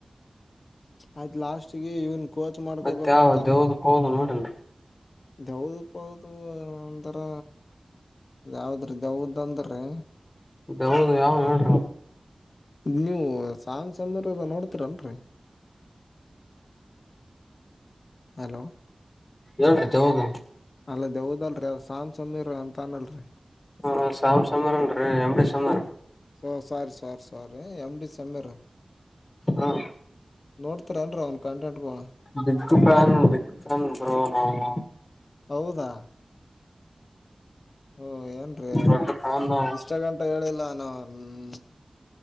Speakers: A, on the left (about 70°); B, on the left (about 40°).
A: ಆಯ್ತ್ ಲಾಸ್ಟ್ಗೆ ಇವನ್ ಕೋಚ್ ಮಾಡ್ಕೊಬೇಕಂತ
B: ಮತ್ತೆ ಯಾವ
A: ಅನ್ಕೊ
B: ದೇವ್ದ ಪೌದು ನೋಡಲ್ರಿ
A: ದೇವ್ ದಪ್ಪ ಅದು ಅಂದರ ಅದ್ ಯಾವ್ದ್ ರಿ ದೆವ್ವದ್ ಅಂದ್ರೆ
B: ದೆವ್ವದ್ ಯಾವ್ದ್ ಹೇಳ್ರಿ.
A: ನೀವು ಸಾಂಗ್ಸ್ ಅಂದ್ರ ಇದು ನೋಡ್ತೀರಲ್ರೀ. ಹಲೋ.
B: ಹೇಳ್ರಿ ದೌದು
A: ಅಲ್ಲ ದೆವ್ವದ್ ಅಲ್ರೀ ಅದ ಸಾಮ್ ಸಮಿರ ಅಂತ ಅವ್ನಲ್ರಿ
B: ಹಾ ಸಾಮ್ ಸಮೀರ್ ಅಲ್ರೀ M D Sameer.
A: So sorry sorry sorry M D Sameer.
B: ಹ್ಮ್.
A: ನೋಡ್ತಿರ್ ಏನ್ರೀ ಅವ್ನು ಕಂಟೆಂಟ್ ಗಳನ್ನ.
B: ಬಿಗ್ ಫ್ಯಾನ್ ರಿ ಬಿಗ್ ಫ್ಯಾನ್ ಬ್ರೋ ನಾವು.
A: ಹೌದಾ. ಹೋ ಏನ್ರೀ
B: ದೊಡ್ಡ ಫ್ಯಾನ್ ನಾವು
A: ಇಷ್ಟಾಗಂಟ ಹೇಳಿಲ್ಲ ನಾ ಹ್ಮ್